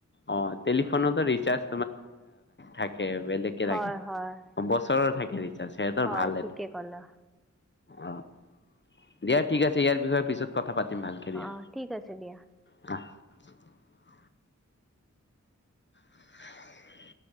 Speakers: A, on the left (about 40°); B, in the centre.
A: অঁ টেলিফোনতো ৰিচাৰ্চ থাকে এ বেলেগকে
B: হয়
A: থাকে
B: হয়
A: বছৰ থাকে ৰিচাৰ্জ সিহঁতৰ
B: হয়
A: ভাল
B: ঠিকে
A: এইটো
B: কলা
A: অ' দিয়া ঠিক আছে ইয়াৰ বিষয়ে পিছত কথা পাতিম ভালকে দিয়া।
B: অঁ ঠিক আছে দিয়া
A: <unintelligible> <inaudible>